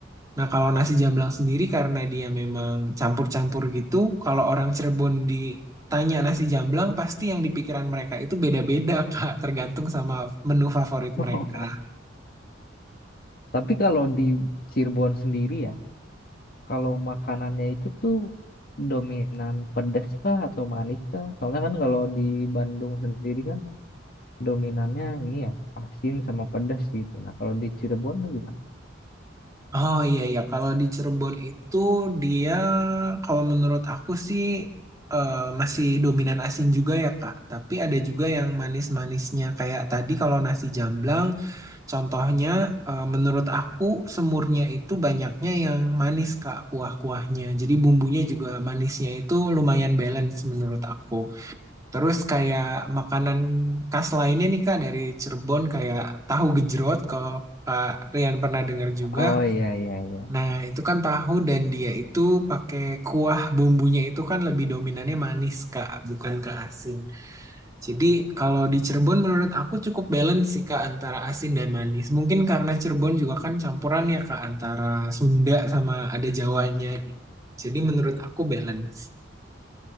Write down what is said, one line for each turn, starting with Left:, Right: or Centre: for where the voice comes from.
Right: Nah kalau nasi jamblang sendiri karena dia memang campur-campur gitu, kalau orang Cirebon ditanya nasi jamblang pasti yang di pikiran mereka itu beda-beda Kak, tergantung sama menu favorit
Left: <laughs>
Right: mereka.
Left: Tapi kalau di Cirebon sendiri ya, kalau makanannya itu tuh dominan pedas kah atau manis kah? Soalnya kan kalau di Bandung sendiri kan dominannya ini ya asin sama pedas gitu. Nah kalau di Cirebon gimana?
Right: Oh iya iya kalau di Cirebon itu dia kalau menurut aku sih eh, masih dominan asin juga ya Kak, tapi ada juga yang manis-manisnya kayak tadi kalau nasi jamblang contohnya eh, menurut aku semurnya itu banyaknya yang manis Kak kuah-kuahnya. Jadi bumbunya juga manisnya itu lumayan balance menurut aku. Terus kayak makanan khas lainnya nih Kak dari Cirebon kayak tahu gejrot kalau Kak Rian pernah dengar juga.
Left: Oh iya iya iya.
Right: Nah, itu kan tahu dan dia itu pakai kuah bumbunya itu kan lebih dominannya manis, Kak, bukan ke asin. Jadi, kalau di Cirebon menurut aku cukup balance sih, Kak, antara asin dan manis. Mungkin karena Cirebon juga kan campuran ya, Kak, antara Sunda sama ada Jawanya. Jadi, menurut aku balance.